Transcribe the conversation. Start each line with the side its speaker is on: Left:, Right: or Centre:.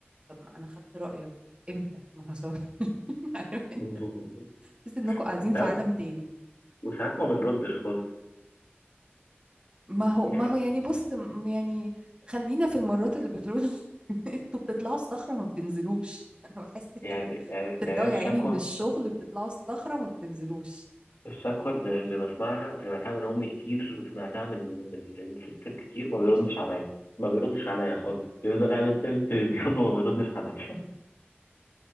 Right: طب ما انا خدت رأيك امتى ما حصل <laughs> عارف انت؟
Left: <laughs>
Right: تحس انكم قاعدين
Left: لا
Right: في عالم تاني
Left: وساعات ما بنردش خالص
Right: ما هو ما
Left: يعني
Right: هو يعني بص م- يعني خلينا في المرات اللي بتقولوا <laughs> انتوا بتطلعوا الصخرة ما بتنزلوش <laughs> انا بحس
Left: يعني
Right: كده
Left: يعني يعني
Right: ترجعوا
Left: أنا الشكوى
Right: يا عيني من الشغل بتطلعوا الصخرة ما بتنزلوش
Left: الشكوى اللي اللي بسمعها سمعتها من امي كتير وسمعتها من من من ستات كتير ما
Right: ماشي
Left: بيردش عليا ما بيردش عليا خالص بيفضل قاعد قدام التلفزيون وما بيردش عليا <laughs>